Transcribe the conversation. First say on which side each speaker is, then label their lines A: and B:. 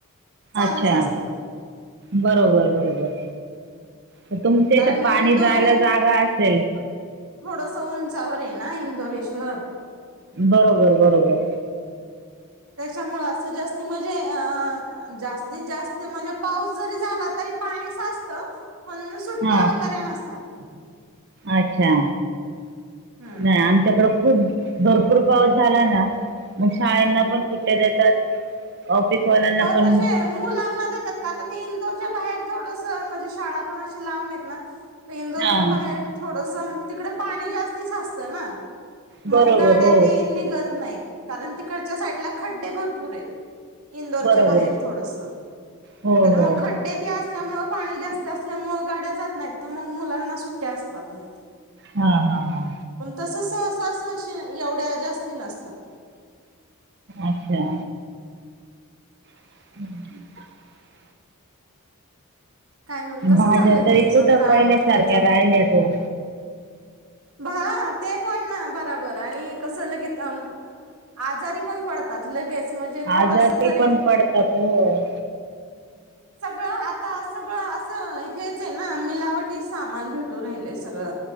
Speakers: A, on the right (about 80°); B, on the right (about 50°).
A: चालूच
B: अच्छा
A: असतात.
B: बरोबर बरोबर तर तुमच्या
A: कारण
B: इथ
A: इंदोर
B: पाणी जायला जागा असेल.
A: थोडसा उंचावर आहे ना इंदोर हे शहर.
B: बरोबर बरोबर.
A: त्याच्यामुळे असं जास्ती म्हणजे ए अम जास्तीत जास्ती म्हणजे पाऊस जरी झाला तरी पाणी साजतं पण सुट्टया
B: हां
A: वगैरे नसतात.
B: अच्छा
A: हम्म
B: नाही आम च्याकडे खूप भरपूर पाऊस झाला ना मग शाळेंना
A: हम्म
B: पण सुट्टया देतात. ऑफिसवाल्यांना
A: हो
B: पण
A: तशे मुलांना देतात का तर ते इंदोरच्या बाहेर थोडसा म्हणजे शाळा पण अशी लांब आहेत ना इंदोरच्या
B: हां
A: बाहेर थोडंसं तिकडं पाणी जास्ती साचतं ना.
B: बरोबर
A: मग गाड्या
B: हो
A: तीन निघत नाहीत कारण तिकडच्या साईडला खड्डे भरपूर आहेत इंदोरच्या
B: बरोबर
A: बाहेर थोडसा
B: हो
A: तर
B: हो
A: मग खड्डे ते असल्यामुळे पाणी जास्त असल्यामुळे गाड्या जात नाहीत तर मग मुलांना सुट्टया असतात म.
B: हा हा हा.
A: पण तसं सहसा सहशे एवढ्या जास्ती नसतात.
B: अच्छा. <unintelligible>
A: काय मग कसं
B: भाज्या
A: चाललंय
B: तरी
A: तुमचं
B: कुठं
A: काम
B: पहिल्यासारख्या
A: त्याचं
B: राहिलेत ओ.
A: भा हा ते पण ना बराबर आणि कसं लगित अम आ आजारी पण पड तात लगेच म्हणजे थोडस
B: आजारी
A: जरी
B: पण पडतात हो.
A: सगळं आता सगळं असं हेच आहे ना मिलावटी सामान भेटू राहिलय सगळं.